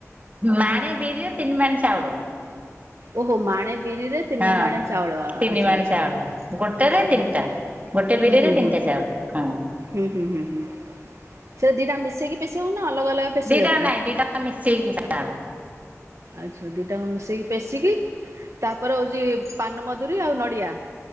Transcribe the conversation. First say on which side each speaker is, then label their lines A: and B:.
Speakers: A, on the right; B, on the right.
A: ମାଣେ ବିରିରେ ତିନି ମାଣେ ଚାଉଳ।
B: ଓହୋ ମାଣେ ବିରିରେ ତିନି
A: ହଁ
B: ମାଣେ ଚାଉଳ ଆଚ୍ଛା
A: ତିନି ମାଣେ
B: ଆଚ୍ଛା।
A: ଚାଉଳ ଗୋଟେରେ ତିନିଟା ଗୋଟେ
B: ହୁଁ
A: ବିରିରେ
B: ହୁଁ
A: ତିନିଟା
B: ହୁଁ।
A: ଚାଉଳ ହଁ
B: ହୁଁ ହୁଁ ହୁଁ ହୁଁ। ସେ ଦିଟା ମିଶେଇକି ପେଶେଇବ ନା ଅଲଗା ଅଲଗ ପେଶିବାକୁ।
A: ଦିଟା ନାଇଁ ଦିଟା ଯାକ ମିଶେଇକି ପେଷାହବ।
B: ଆଚ୍ଛା ଦିଟାଆକ ମିଶେଇକି ପେଶିକି ତାପରେ ହେଉଛି ପାନମଧୁରୀ ଆଉ ନଡ଼ିଆ